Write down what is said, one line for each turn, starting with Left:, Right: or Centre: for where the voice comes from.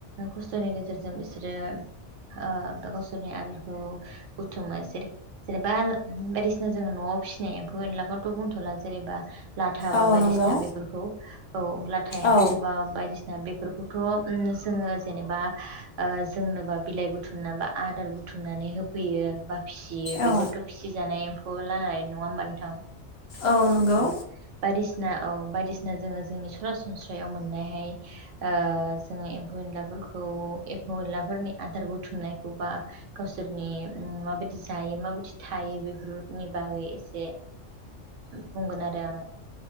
Right: खस्थ'नि गेजेरजों बिसोरो ओ गावसोरनि आदारखौ बुथुमो जेनेबा बायदिसिना जोङो न'आव फिसिनाय एमफौ एनलाखौथ' बुंथ'लास जेनेबा लाथा बा
Left: औ
Right: बायदिसिना
Left: नंगौ
Right: बेफोरखौ औ लाथा एम्फौ
Left: औ
Right: बा बायदिसिना। बेफोरखौथ' जोङो जेनेबा जोंनोबा बिलाइ बुथुमनानै बा आदार बु बुथुमनानै होफैयो बा फिसियो
Left: औ
Right: बेफोरथ' फिसिजानाय एम्फौ नालाय नङा ओनबा नोंथां।
Left: औ नंगौ
Right: औ बायदिसिना औ बायदिसिना जोङो जोंनि सरासनस्रायाव मोननायहाय ओ जोङो एमफौ एनलाफोरखौ एम्फौ एनला आदार बुथुमनायखौबा गावसोरनि माबायदि जायो माबायदि थायो बेफोरनि बागै एसे उ बुंगोन आरो आङो